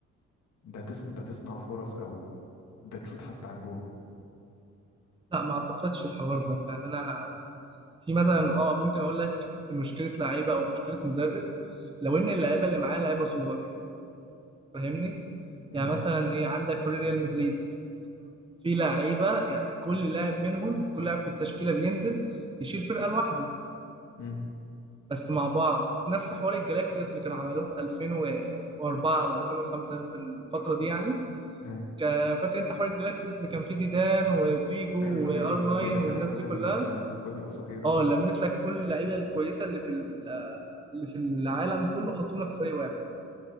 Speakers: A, on the left; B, on the right.
A: ده تصنع ده تصنع فرص او ده تشوط حتى على الجون
B: لا ما اعتقدش الحوار ده يعني انا في مثلا اه ممكن اقول لك مشكله لعيبه او مشكله مدرب لو ان اللعيبه اللي معاه لعيبه سوبر فاهمني
A: امم
B: يعني مثلا ايه عندك فريق ريال مدريد في لعيبه يعني كل لاعب منهم كل لاعب في التشكيله بينزل يشيل فرقه لوحده
A: امم
B: بس مع بعض نفس حوار الجلاكتيوس اللي كانوا عملوه في 2004 او 2005 في الفتره دي يعني
A: ايوه
B: كا- فاكر انت حوار الجلاكتيوس اللي كان فيه زيدان وفيجو
A: ايوه اللي هو
B: وار
A: بيلم,
B: 9
A: بيلم
B: والناس
A: لك كل
B: دي
A: ال
B: كلها
A: كل الاساطير
B: اه
A: اه
B: لميت لك كل اللعيبه الكويسه اللي في ال- اللي في العالم كله حطهم لك في فريق واحد